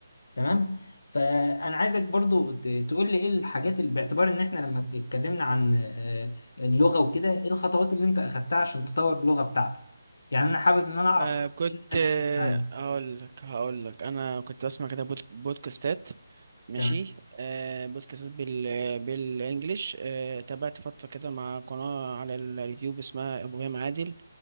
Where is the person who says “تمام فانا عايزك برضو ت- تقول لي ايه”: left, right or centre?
Left